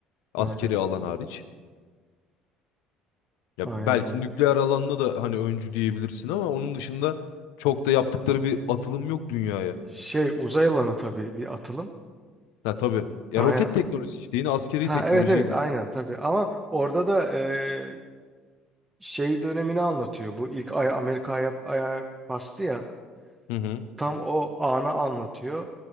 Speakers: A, on the left; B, on the right.
A: Askeri
B: Aynen.
A: alan hariç. Ya
B: Aynen
A: belki
B: öyle.
A: nükleer alanda da hani öncü diyebilirsin ama onun dışında çok da yaptıkları bir atılım yok dünyaya.
B: Şey uzay alanı tabii bir atılım.
A: Ha tabii. Ya
B: Aynen.
A: roket teknolojisi işte yine askeri
B: Ha
A: teknolojiye
B: evet evet
A: giriyor.
B: aynen tabii ama orada da eee, şey dönemini anlatıyor. Bu ilk ay Amerika aya, aya bastı ya.
A: Hı hı.
B: Tam o anı anlatıyor.